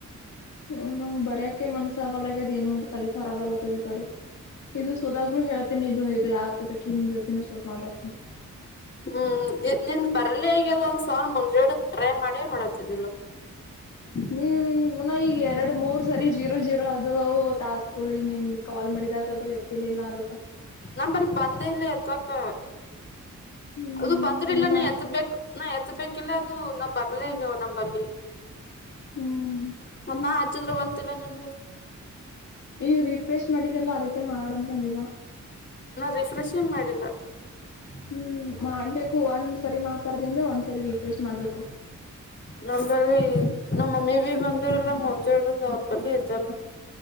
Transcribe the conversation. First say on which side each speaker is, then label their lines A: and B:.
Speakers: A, on the left; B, on the left.
A: ಹ ನಂಗ್ ಬರ. ಕ್ಕೆ ಮನಸ ಆಾಗಲ್ಲ ದನ್ ಮುಗ ತಲ್ಲಿಿಖರಬ ಅಲ್ಲ ತಿ ಕಡೆ. ಇದು ಸೋದಾಗ್ನು ಹೇಳ್ತನಿ ಇದು ಇದು ಯಾ ಪದಕನ್ ಜೊತೂ ಸೋತ್ ಮಾತಾಡ್ತನಿ.
B: ಹ್ಮ್.. ನಿನ್ ಬರ್ಲಿ ಆಗ್ಯದ ಒಂದ್ ಸಾವ ಮುಂಜಾಡದ ಟ್ರೈ ಮಾಡಿ ಮಾಡತಿದಲ್.
A: ಹ್ಮ್ ಈಗ ಎರಡು ಮೂರ್ ಸರಿ ಜೀರೋ ಜೀರೋ ಅದು ಅವು ತಸ್ಕೊಳಿನಿ. ನಿಮ ಕಾಲ್ ಮಾಡಿದಾಗ ಅದು ಎತ್ತಿಲಿಲ್ಲ ಅದಕ್ಕ.
B: ನಮ ಬಲ್ಲಿ ಬಂದೇ ಇಲ್ಲ ಎತ್ತಕ್ಕ
A: ಹ್ಮ್
B: ಅದು ಬಂದ್ರ ಇಲ್ಲ
A: ಏನ್
B: ನ
A: ಮಾಡ್
B: ಎತ್ಬೇಕ ನಾ ಎತ್ ಬೇಕಿಲ್ಲ ಅ ನ ಬರ್ಲೇ್ಯವ ನಂಬಲ್ಲಿ
A: ಹ್ಮ್
B: ನಾ ಹಚ್ಚಿದ್ರರು ಬಂತಿಲ್ಲ ನಿ ಹ
A: ಈಗ ರಿಫ್ರೆಶ್ ಮಾಡಿದ್ದಲ್ಲ ಅದಕ್ಕೆ ಮಾಡಂತ ಬಂದಿದ
B: ನಾ ರಿಫ್ರೆಷ್ಂ ಮಾಡಿಲ್ಲ
A: ಹ್ಮ್ ಮಾಡ್ಬೇಕು ಒಂದ್ ಸರಿ ಮಾತಾಡ್ದ ಅಂದ್ರೆ ಒಂದ್ಸರಿ ರೀಫ್ರೆಶ್ ಮಾಡ್ಬೇಕು
B: ನಮ್ದಲ್ಲಿ ನಮ್ಮ ಮಮ್ಮಿ ಬಿ ಬಂದರಲ್ಲ ಮುಂಜೆಡು ಸಾವ್ರಪಲ್ಲಿ ಐತೆಲ್ಲ